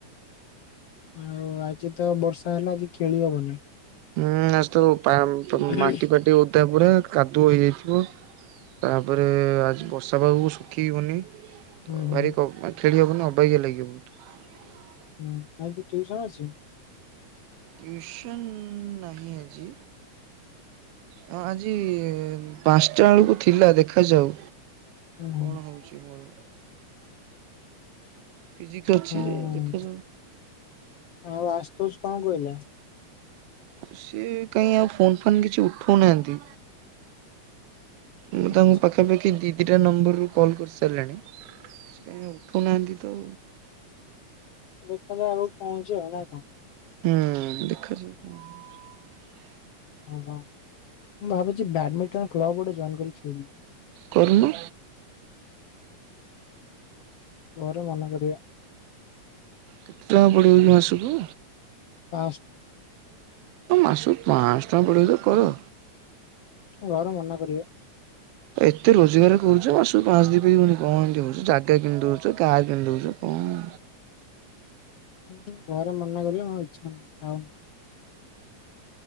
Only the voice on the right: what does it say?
ହୁଁ ଆଜି ତ ପା ପା
ମାଟି ଫାଟି ଓଦା ପୁରା। କାଦୁଅ ହେଇଯାଇଥିବ। ତାପରେ ଆଜି ବର୍ଷା ପାଗକୁ ଶୁଖିିବନି। ତ
ଭାରି କ ଖେଳିହବନି ଅବାଗିଆ ଲାଗିବ ବୋହୁତ।
ଟୁୟୁସନ୍ ନାହିଁ ଆଜି। ଅ ଆଜି ପାଞ୍ଚଟା ବେଳକୁ ଥିଲା ଦେଖାଯାଉ।
କଣ ହୋଉଚି ମୋର। ଫିଜିକ୍ସ ଅଛି
ଯେ ଦେଖାଯାଉ
ସିଏ କାଇଁ ଆଉ ଫୋନ୍ ଫାନ୍ କିଛି ଉଠୋଉନାହାନ୍ତି। ମୁଁ
ତାଙ୍କୁ ପାଖାପାଖି ଦିଇ ଦିଇଟା ନମ୍ବରରୁ କଲ୍ କରିସାରିଲାଣି। ସିଏ କାଇଁ ଉଠୋଉନାହାନ୍ତି ତ।
ହୁଁ, ଦେଖାଯାଉ କଣ ହୋଉଚି।
କରୁନୁ।
କେତେ ଟଙ୍କା ପଡ଼ିବକି ମାସକୁ।
ମାସକୁ ପାଞ୍ଚହଟଙ୍କା ପଡ଼ିବତ କର
ଏତେ ରୋଜଗାର କରୁଛ ଆସୁ ପାଞ୍ଚ ଦି ପ ହଉନି କଣ ଏମିତି ହଉଛି ଜାଗା କିମି ଦଉଛ କାର କିଣିି ଦଉଛ କଣ ହୁଁ